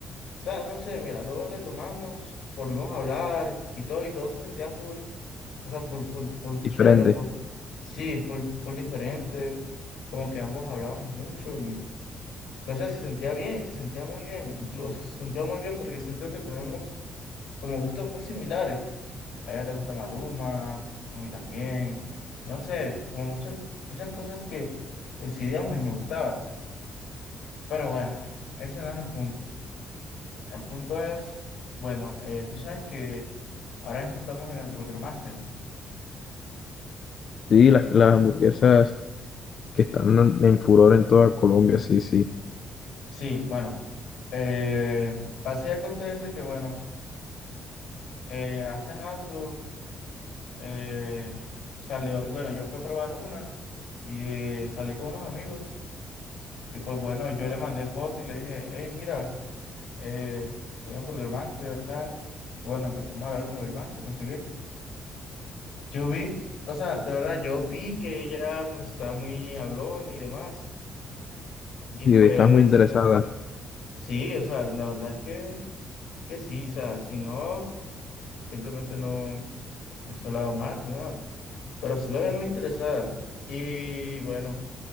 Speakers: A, on the left; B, on the left.
A: o sea, no sé, mira, luego retomamos, volvimos a hablar y todo, y todo se sentía full, o sea, full, full, full
B: Diferente.
A: chévere, full, sí, full, full diferente, como que ambos hablábamos mucho y, no sé, se sentía bien, se sentía muy bien, incluso se sentía muy bien porque siento que tenemos como gustos muy similares. A ella le gusta Maluma, a mí también. No sé, como muchas muchas cosas que coincidíamos y me gustaba. Pero bueno, ese no es el punto. El punto es, bueno, eh, tú sabes que ahora mismo estamos en el Burger Master.
B: Sí, las, las hamburguesas que están en en furor en toda Colombia. Sí, sí.
A: Sí, bueno, eh, pasa y acontece que, bueno, eh, hace rato eh, salió, y bueno, yo fui a probar una y eh, salí con unos amigos. Y pues bueno, yo le mandé foto y le dije, hey, mira. eh, estudié Burger Master, tal. Bueno, empezamos a hablar de Burger Master, no sé qué. Yo vi, o sea, de verdad, yo vi que ella pues estaba muy hablona y demás. Y
B: Sí,
A: pues
B: estás muy interesada.
A: sí, o sea, la verdad es que, que sí, o sea, si no, simplemente no me hubiese hablado más ni nada. Pero sí la veía muy interesada. Y bueno,